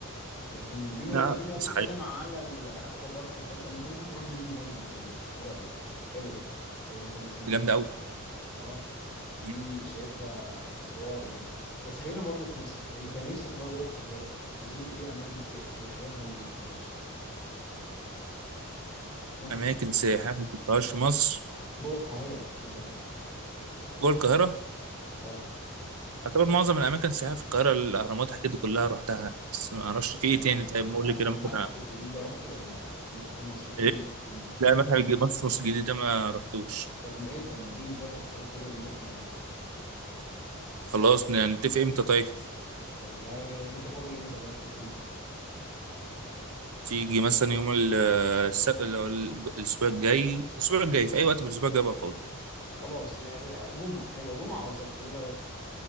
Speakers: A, in the centre; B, on the right.
A: لكن بما
B: لا
A: انك انت بقى بتتكلم
B: صحيح
A: على الاكوا بارك والحاجات طب ما انت ممكن تروح ديزني لاند في باريس ايه رايك حلوه لو انت مثلا بتفكر
B: جامدة أوي
A: اه دي
B: مم.
A: شايفها حوار يعني بس خلينا برضو في مصر انت نفسك بقى جوه القاهرة تزور ايه اماكن سي- سياحية انت ما زرتهاش مثلا
B: أماكن
A: يعني
B: سياحية ما شفتهاش في مصر
A: جوه القاهرة في القاهرة
B: جوه القاهرة
A: اه
B: أعتبر معظم الأماكن السياحية في القاهرة الأهرامات الحاجات دي كلها رحتها بس ما أعرفش في إيه تاني
A: يعني
B: طيب قول
A: يعني
B: لي كده
A: المتحف
B: ممكن أ-
A: الجديد ده رحته ولا المتحف المصري الكبير
B: إيه؟
A: الجديد ده
B: لا متحف الج- مصر مصر الجديد ده ما رحتوش
A: طب ما ايه طب ما تيجي نظبط حاجة كده ونروح مع بعض
B: خلاص ن- نتفق إمتى طيب
A: والله انت فاضي امتى اجازتك امتى
B: تيجي مثلا يوم ال- الس- اللي هو الج- الاسبوع الجاي الاسبوع الجاي في اي وقت في الاسبوع الجاي بقى فاضي
A: خلاص يعني جمعة حلوة جمعة او سبت ايه رأيك